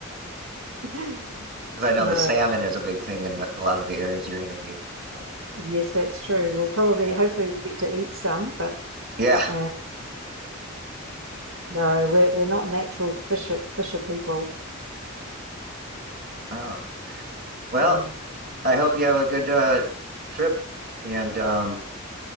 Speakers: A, on the right (about 85°); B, on the right (about 45°).
A: <laughs>
B: because I know
A: No,
B: the salmon is a big thing in a lot of the areas you're going to be. Yeah,
A: yes, that's true. We'll probably,
B: yeah,
A: hopefully, we'll get to eat some, but
B: yeah.
A: uh, no, we're we're not natural fisher fisher people.
B: Oh. Well,
A: Yeah.
B: I hope you have a good uh, trip. And um,